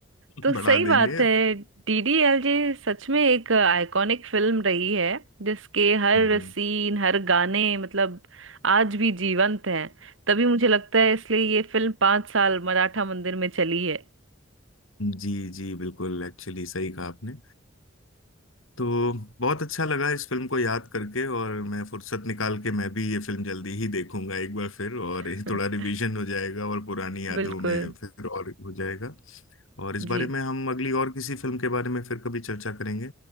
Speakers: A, on the left; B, on the right.
A: <laughs>
B: तो सही
A: बढ़ा देंगे
B: बात है डीडीएलजे सच में एक आइकॉनिक फिल्म रही है जिसके हर
A: हम्म
B: सीन हर गाने मतलब आज भी जीवंत हैं तभी मुझे लगता है इसलिए ये फिल्म पांच साल मराठा मंदिर में चली है
A: जी जी बिल्कुल एक्चुअली सही कहा आपने तो बहुत अच्छा लगा इस फिल्म को याद करके और मैं फुर्सत निकाल के मैं भी ये फिल्म जल्दी ही देखूंगा एक बार फिर और
B: <laughs>
A: ये थोड़ा रिवीजन हो जाएगा और पुरानी यादों
B: बिल्कुल
A: में फिर और हो जाएगा और इस
B: जी
A: बारे में हम अगली और किसी फिल्म के बारे में फिर कभी चर्चा करेंगे